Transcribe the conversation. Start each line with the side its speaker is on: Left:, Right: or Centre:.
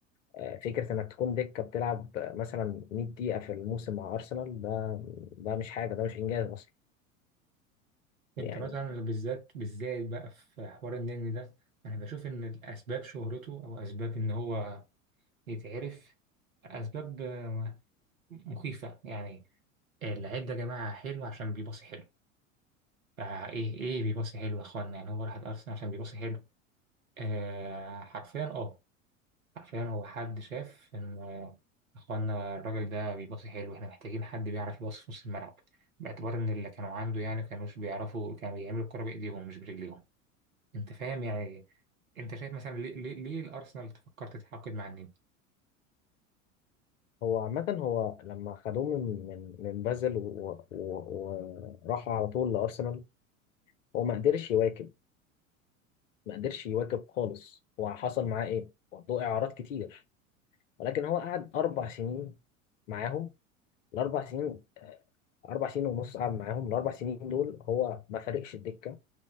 Left: آه، فكرة إنك تكون دكة بتلعب مثلا 100 دقيقة في الموسم مع أرسنال ده ده مش حاجة ده مش إنجاز أصلا
Right: أنت
Left: يعني
Right: مثلا بالذات بالذات بقى في حوار النني ده أنا بشوف إن الأسباب شهرته أو أسباب إن هو يتعرف أسباب آه، مخيفة يعني اللعيب ده يا جماعة حلو عشان بيباصي حلو فإيه إيه بيباصي حلو يا إخوانا يعني هو راح أرسنال عشان بيباصي حلو آه حرفيا أه عشان هو حد شاف إن إخوانا الراجل ده بيباصي حلو إحنا محتاجين حد بيعرف يباصي في نص الملعب باعتبار إن اللي كانوا عنده يعني كانوش بيعرفوا كانوا بيعملوا الكرة بإيديهم مش برجليهم أنت فاهم يعني إيه؟ أنت شايف مثلا ليه ليه, ليه الأرسنال تفكر تتعاقد مع النني
Left: هو عامة هو لما خدوه من من من بازل و- و- وراحوا على طول لأرسنال هو ما قدرش يواكب ما قدرش يواكب خالص هو حصل معاه إيه؟ وضوء إعارات كتير ولكن هو قعد أربع سنين معاهم الأربع سنين آه، أربع سنين ونص قعد معاهم الأربع سنين دول هو ما فارقش الدكة